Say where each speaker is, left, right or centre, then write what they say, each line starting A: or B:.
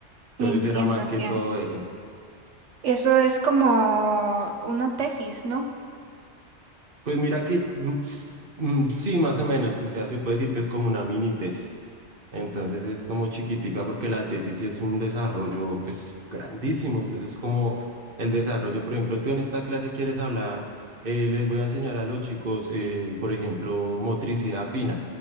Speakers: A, on the right; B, on the right.
A: Entonces
B: Entiendo,
A: era más
B: entiendo.
A: que todo eso.
B: Eso es como una tesis, ¿no?
A: Pues mira que mm, s- mm, sí, más o menos, o sea, se puede decir que es como una mini tesis. Entonces es como chiquitica porque la tesis sí es un desarrollo pues grandísimo. Entonces como el desarrollo, por ejemplo, tú en esta clase quieres hablar, eh, les voy a enseñar a los chicos, eh, por ejemplo, motricidad fina,